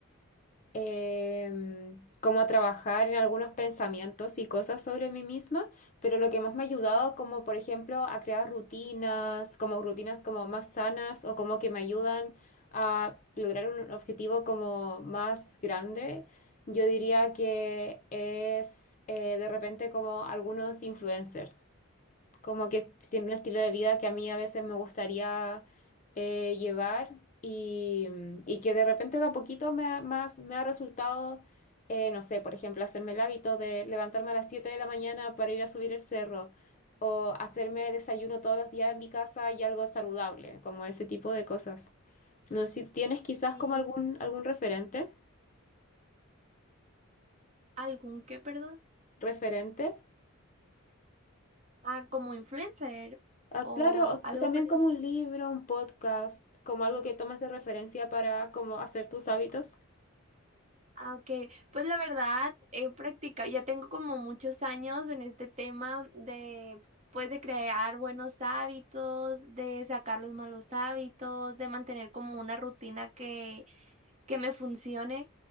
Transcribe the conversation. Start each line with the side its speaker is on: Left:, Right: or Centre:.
Left: em, como a trabajar en algunos pensamientos y cosas sobre mí misma, pero lo que más me ha ayudado, como por ejemplo, a crear rutinas, como rutinas como más sanas o como que me ayudan a lograr un objetivo como más grande, yo diría que es eh, de repente como algunos influencers como que tiene un estilo de vida que a mí a veces me gustaría eh, llevar y, mm, y que de repente de a poquito me ha, más, me ha resultado, eh, no sé, por ejemplo, hacerme el hábito de levantarme a las 7 de la mañana para ir a subir el cerro o hacerme desayuno todos los días en mi casa y algo saludable, como ese tipo de cosas. No sé si tienes quizás
Right: y
Left: como algún, algún referente,
Right: algún que, perdón,
Left: referente.
Right: ah, como influencer o
Left: Ah, claro, o s-
Right: algo
Left: también
Right: por el
Left: como
Right: est-
Left: un libro, un podcast, como algo que tomes de referencia para como hacer tus hábitos.
Right: Ah, ok, pues la verdad he practicado, ya tengo como muchos años en este tema de, pues de crear buenos hábitos, de sacar los malos hábitos, de mantener como una rutina que, que me funcione.